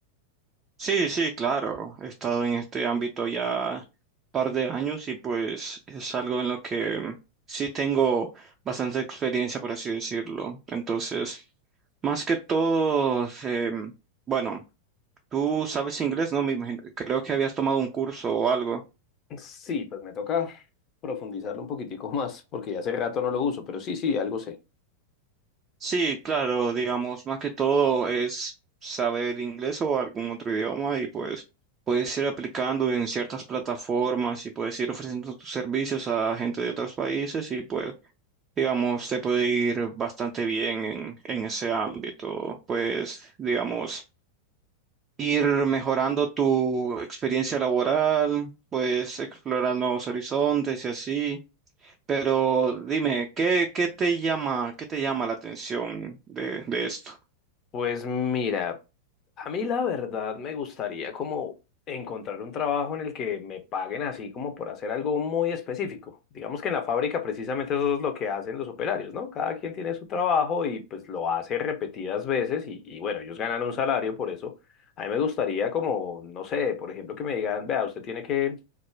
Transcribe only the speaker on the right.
Sí, sí, claro. He estado en este ámbito ya par de años y pues es algo en lo que mm, sí tengo bastante experiencia, por así decirlo. Entonces, más que todo, em, bueno, tú sabes inglés, ¿no? Me imagino, creo que habías tomado un curso o algo.
Sí, claro, digamos, más que todo es saber inglés o algún otro idioma y pues puedes ir aplicando en ciertas plataformas y puedes ir ofreciendo tus servicios a gente de otros países y pues, digamos, te puede ir bastante bien en, en ese ámbito. Pues, digamos, ir mejorando tu experiencia laboral, pues explorar nuevos horizontes y así. Pero dime, ¿qué, qué te llama, qué te llama la atención de, de esto?